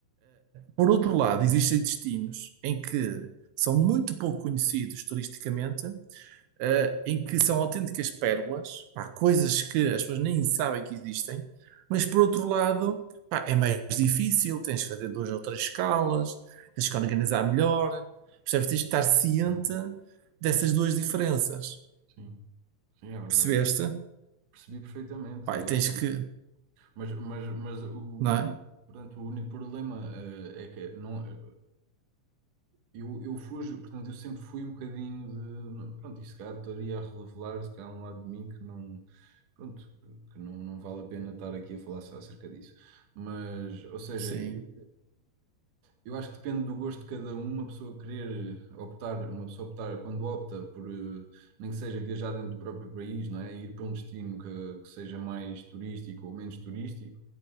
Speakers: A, on the right; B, on the right.
A: Por outro lado, existem destinos em que são muito pouco conhecidos turisticamente eh, em que são autênticas pérolas, pá, coisas que as pessoas nem sabem que existem, mas por outro lado, pá, é mais difícil, tens que fazer duas ou três escalas, tens que organizar melhor, percebes? Tens que estar ciente
B: Bom,
A: dessas duas diferenças,
B: Sim, sim, é verdade.
A: percebeste?
B: Percebi perfeitamente.
A: Pá,
B: eh,
A: e tens que,
B: Mas, mas, mas o
A: não é?
B: único, portanto, o único problema eh, é que não, eh, eu, eu fujo, portanto, eu sempre fui um bocadinho de. Pronto, isso cá estaria a revelar, se calhar, um lado de mim que não. Pronto, que não, não vale a pena estar aqui a falar só acerca disso. Mas, ou seja,
A: Sim,
B: eu- Eu acho que depende do gosto de cada um, uma pessoa querer optar, uma pessoa optar, quando opta por, eh, nem que seja viajar dentro do próprio país, não é? Ir para um destino que, que seja mais turístico ou menos turístico,